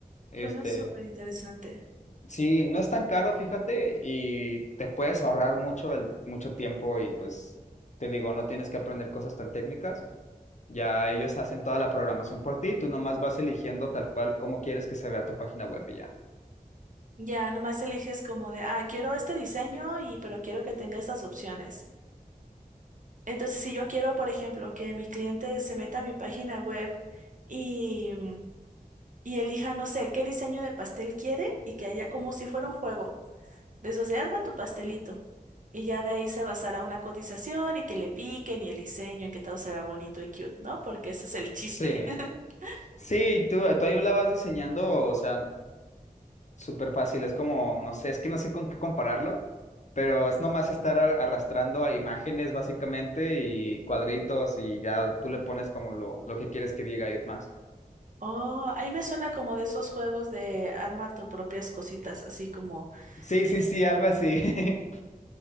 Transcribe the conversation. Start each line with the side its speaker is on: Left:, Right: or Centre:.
Left: Este,
Right: suena súper interesante.
Left: sí, no es tan caro, fíjate, y te puedes ahorrar mucho, el, mucho tiempo y pues, te digo, no tienes que aprender cosas tan técnicas. Ya ellos hacen toda la programación por ti, tú nomás vas eligiendo tal cual cómo quieres que se vea tu página web y ya.
Right: Ya, nomás eliges como de, ah, quiero este diseño y pero quiero que tenga estas opciones. Entonces, si yo quiero, por ejemplo, que mi cliente se meta a mi página web y, y elija, no sé, qué diseño de pastel quiere y que haya como si fuera un juego, de esos de arma tu pastelito. Y ya de ahí se basará una cotización y que le piquen y el diseño y que todo se vea bonito y cute, ¿no? Porque ese es el chiste.
Left: Sí,
Right: <laughs>
Left: sí, tú, tú ahí la vas diseñando, o sea, súper fácil. Es como, no sé, es que no sé con qué compararlo, pero es nomás estar ar- arrastrando a imágenes básicamente y cuadritos y ya tú le pones como lo, lo que quieres que diga y demás.
Right: Oh, ahí me suena como de esos juegos de arma tu propias cositas, así como...
Left: Sí,
Right: este,
Left: sí, sí, algo así. <laughs>